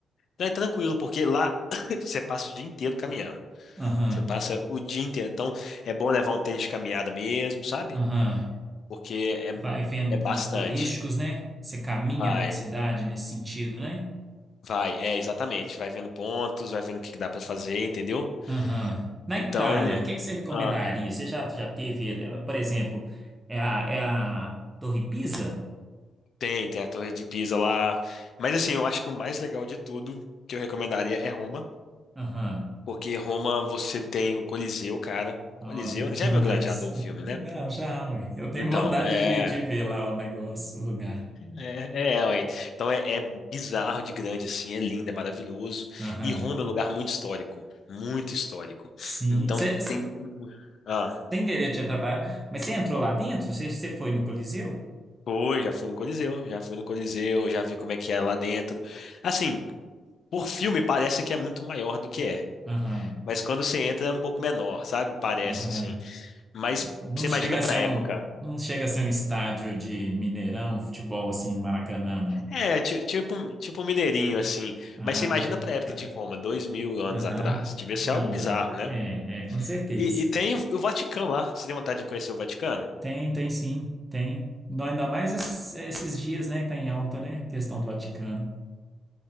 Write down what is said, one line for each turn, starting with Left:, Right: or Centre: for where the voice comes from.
Left: Não, é tranquilo, porque lá <coughs> <clears throat> você passa o dia inteiro caminhando.
Right: Aham,
Left: Você passa o dia inteiro. Então, é bom levar um tênis de caminhada mesmo, sabe?
Right: aham.
Left: Porque é,
Right: Vai vendo
Left: é
Right: pontos
Left: bastante.
Right: turísticos, né? Você caminha
Left: Vai,
Right: pela cidade nesse sentido, né?
Left: vai, é exatamente. Vai vendo pontos, vai vendo o que que dá pra fazer, entendeu?
Right: Aham. Na
Left: Então,
Right: Itália, o que que você recomendaria?
Left: ah,
Right: Você já, já teve, eh, por exemplo, é a, é a Torre Pisa?
Left: tem, tem a Torre de Pisa lá. Mas assim, eu acho que o mais legal de tudo que eu recomendaria é Roma,
Right: Aham.
Left: porque Roma você tem o Coliseu, cara. Coliseu,
Right: Ó, doido
Left: né? Já
Right: demais.
Left: viu Gladiador, o filme, né?
Right: Não, já, ui. eu tenho
Left: Então,
Right: vontade
Left: é.
Right: de, de ver lá o negócio, o lugar.
Left: É, é, ué. Então é, é bizarro de grande, assim, é lindo, é maravilhoso.
Right: Aham.
Left: E Roma é um lugar muito histórico, muito histórico.
Right: Sim.
Left: Então
Right: Você,
Left: tem. um, um, Ah,
Right: Sem querer te atrapalhar. Mas você entrou lá dentro? Você, você foi no Coliseu?
Left: foi, já fui no Coliseu, já fui no Coliseu, já vi como é que é lá dentro. Assim, por filme parece que é muito maior do que é,
Right: Aham,
Left: mas quando você entra é um pouco menor, sabe? Parece,
Right: aham.
Left: assim. Mas
Right: Não
Left: você
Right: chega
Left: imagina
Right: a
Left: pra
Right: ser um,
Left: época.
Right: não chega a ser um estádio de Mineirão, futebol assim, Maracanã, não.
Left: É, ti- tipo, tipo um mineirinho, assim.
Right: Ah,
Left: Mas você imagina pra época
Right: tá.
Left: de Roma, dois mil anos
Right: Aham.
Left: atrás. Devia ser
Right: Não,
Left: algo bizarro,
Right: não.
Left: né?
Right: É, é, com certeza.
Left: E, e tem o Vaticano lá. Você tem vontade de conhecer o Vaticano?
Right: Tem, tem sim, tem. Não, ainda mais esses, esses dias, né, que tá em alta, né? Questão do Vaticano,